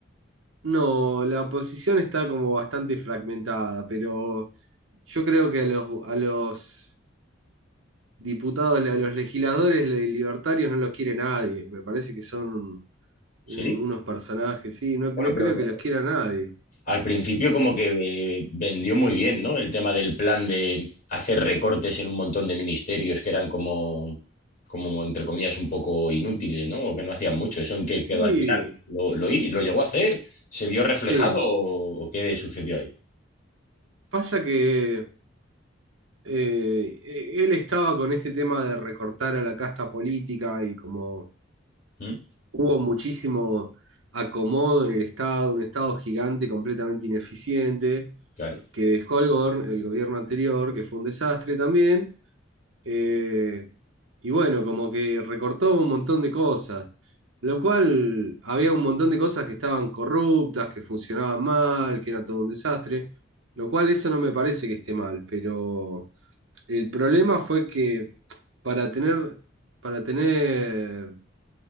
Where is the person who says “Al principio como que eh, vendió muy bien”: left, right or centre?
Left